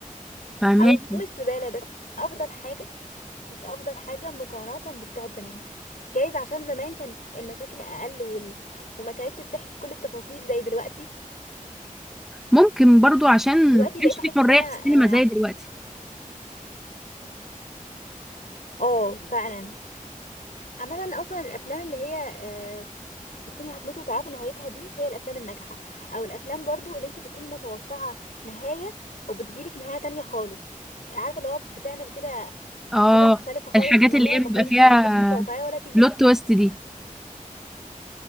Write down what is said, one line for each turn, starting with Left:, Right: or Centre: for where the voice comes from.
Centre: فهماكي
Left: او مش زباله بس افضل حاجه مش افضل حاجه مقارنه بتاعت زمان جايز عشان زمان كانت المشاكل اقل وال... وما كانتش بتحكي كل التفاصيل زي دلوقتي
Centre: ممكن برضو عشان
Left: دلوقتي
Centre: ما كانش
Left: بقيت احس
Centre: في حرية
Left: ان انا
Centre: في السينما زي
Left: اه
Centre: دلوقتي
Left: آه، فعلا عامة اصلا الافلام اللي هي آه بتكوني هتموتي وتعرفي نهايتها دي هي الافلام الناجحة او الافلام برضو اللي انت بتكوني متوقعة نهاية وبتجيلك نهاية تانية خالص عارفة اللي هو بتعمل كده
Centre: اه
Left: حاجة مختلفة خالص
Centre: الحاجات
Left: نهاية
Centre: اللي هي
Left: ما
Centre: بيبقى
Left: كنت
Centre: فيها
Left: ما كنتش متوقعة ولا تيجي
Centre: بلوت تويست دي